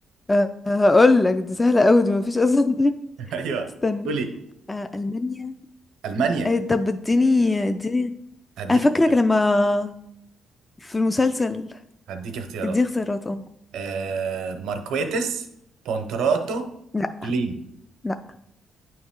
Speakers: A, on the left; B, on the right.
A: أه هقول لك دي سهلة قوي دي مفيش اصلا <laughs>
B: <laughs> أيوه
A: استنى
B: قولي
A: أه ألمانيا
B: ألمانيا
A: أه طب اديني اديني
B: هديك
A: انا فاكرك
B: اختيارات.
A: لما في المسلسل
B: هديك اختيارات
A: اديني اختيارات اه
B: آه ماركويتس بونتراتو
A: لا
B: لين
A: لا